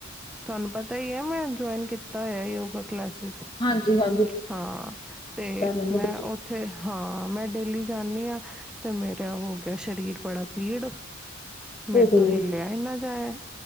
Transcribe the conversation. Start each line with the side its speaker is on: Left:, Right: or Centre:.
Centre: ਤੁਹਾਨੂੰ ਪਤਾ ਈ ਐ, ਮੈਂ ਜੁਆਇਨ ਕੀਤਾ ਹੋਇਆ ਯੋਗਾ ਕ ਕਲਾਸਿਸ।
Left: ਹਾਂਜੀ ਹਾਂਜੀ
Centre: ਹਾਂ ਤੇ
Left: ਪਤਾ ਮੈਨੂੰ
Centre: ਮੈਂ ਉੱਥੇ ਹਾਂ ਹਾਂ ਮੈਂ ਡੇਲੀ ਜਾਂਣੀ ਆਂ ਤੇ ਮੇਰਾ ਹੋ ਗਿਆ ਸਰੀਰ ਬੜਾ ਪੀੜ ਮੇਰੇ
Left: ਓਹੋ
Centre: ਤੋਂ ਹਿੱਲਿਆ ਈ ਨਾ ਜਾਏ। <unintelligible>